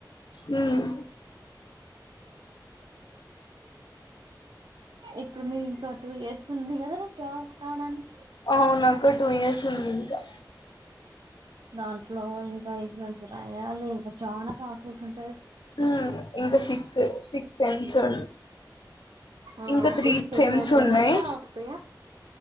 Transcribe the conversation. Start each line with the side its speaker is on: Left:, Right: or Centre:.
Left: హ్మ్!
Right: ఇప్పుడు మీ ఇంకా టూ ఇయర్స్ ఉంది కదా రా జాబ్ రావడానికి?
Left: అవును అక్కా టు ఇయర్స్ ఉంది ఇంకా.
Right: దాంట్లో ఇంకా ఎగ్జామ్స్ రాయాలి, ఇంకా చాలా ప్రాసెస్ ఉంట.
Left: హు ఇంకా సిక్స్ సిక్స్ సెమ్స్ ఉ
Right: ఆ
Left: ఇంకా త్రీ
Right: ఫిఫ్త్ సెమ్
Left: సెమ్స్
Right: అయిపోయినంక
Left: ఉన్నాయి.
Right: వస్తాయా